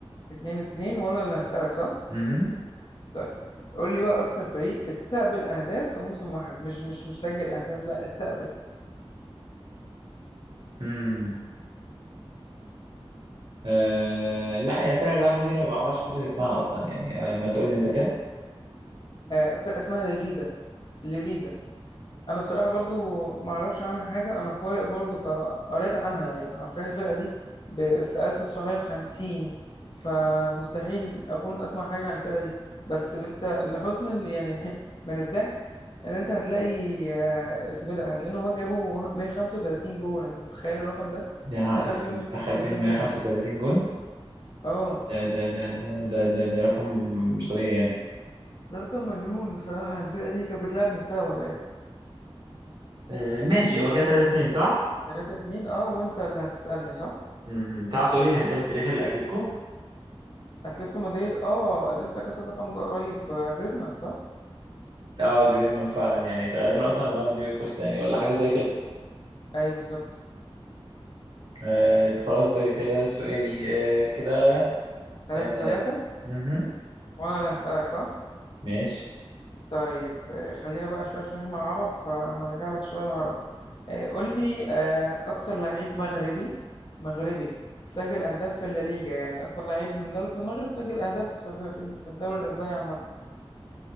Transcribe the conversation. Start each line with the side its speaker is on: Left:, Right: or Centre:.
Left: اتنين اتنين وانا اللي هسألك صح؟
Right: امم
Left: طيب قول لي بقى اكتر فريق استقبل اهداف في موسم واحد مش مش مش سجل اهداف لا استقبل
Right: امم آه لا هي الفرقة اللي قبل دي انا ما بعرفش حافظ اسمها اصلا يعني آه ما تقول لي انت كده
Left: آه فرقة اسمها ليريدا ليريدا انا بصراحه برضو ما اعرفش عنها حاجه انا قارئ برضو فقريت عنها يعني عارفين الفرقه دي ب... في 1950 فمستحيل اكون اسمع حاجه عن الفرقه دي بس انت لحسن ال... يعني <laughs> من الضحك ان انت هتلاقي آه، اسمه ايه ده هتلاقي ان هم جابوا <laughs> 135 جول انت متخيل الرقم ده
Right: يا نهار
Left: دخل
Right: اسود
Left: فيهم 135
Right: دخل فيهم 135
Left: جول
Right: جون
Left: اه
Right: ده ده ده ده ده ده, ده رقم مش طبيعي يعني
Left: ده رقم مجنون بصراحه الفرقه دي كانت بتلعب نفسها ولا ايه
Right: آه ماشي هو كده 3 2 صح؟
Left: 3 2 اه وانت اللي هتسالني صح
Right: مهم. تعرف تقولي الهداف التاريخي للاتليتيكو؟
Left: اتلتيكو مدريد اه لسه كسر الرقم ده قريب آه، جريزمان صح
Right: اه جريزمان فعلا يعني غالبا اصلا اللي بعده ديجو كوستا يعني ولا حاجه زي كده
Left: ايوه بالظبط
Right: آه خلاص ده كده سؤالي آه كده
Left: 3
Right: آه
Left: 3
Right: مهم.
Left: وانا اللي هسألك صح
Right: ماشي
Left: طيب آه، خلينا بقى شويه عشان احنا عرب فهرجع لك شويه العرب قول لي آه، اكتر لعيب مغربي مغربي سجل اهداف في الليجا يعني اكتر لعيب من دوله المغرب سجل اهداف في في في الدوري الاسباني عامه